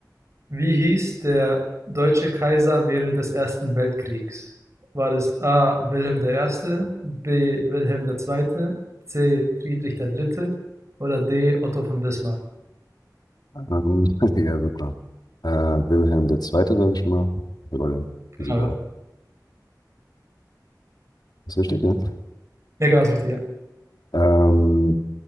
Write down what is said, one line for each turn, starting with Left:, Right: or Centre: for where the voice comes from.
Right: wie hieß der deutsche Kaiser während des Ersten Weltkriegs? War es A. Wilhelm der Erste, B. Wilhelm der Zweite, C. Friedrich der Dritte oder D. Otto von Bismarck?
Left: Ähm, <laughs> ja, super. Äh, Wilhelm der Zweite sage ich mal. Oder
Right: Genau,
Left: Sieger.
Right: ja.
Left: Ist richtig, ja?
Right: Ja, genau, das Richtige, ja.
Left: Ähm,